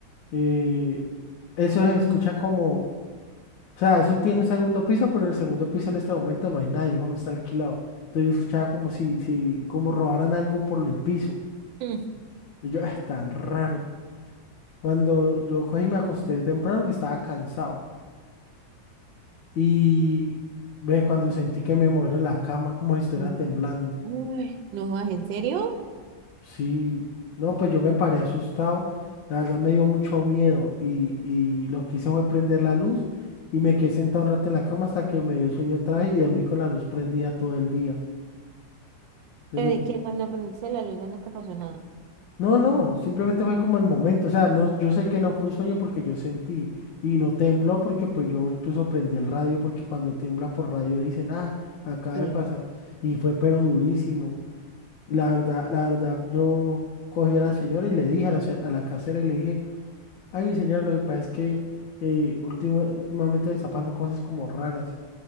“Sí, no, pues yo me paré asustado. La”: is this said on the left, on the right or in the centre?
Left